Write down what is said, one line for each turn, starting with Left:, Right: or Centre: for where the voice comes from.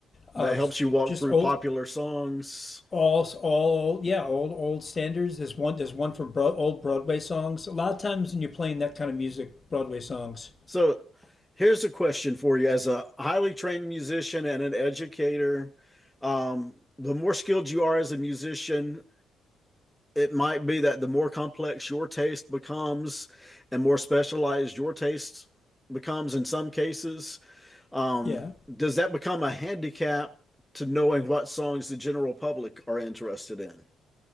Left: of
Centre: That helps you walk
Left: just
Centre: through
Left: old,
Centre: popular songs.
Left: all, all, yeah, old, old standards. There's one, there's one for broad, old Broadway songs. A lot of times when you're playing that kind of music, Broadway songs,
Centre: So here's a question for you as a highly trained musician and an educator. Um, the more skilled you are as a musician, it might be that the more complex your taste becomes and more specialized your taste becomes in some cases. Um,
Left: yeah.
Centre: does that become a handicap to knowing what songs the general public are interested in?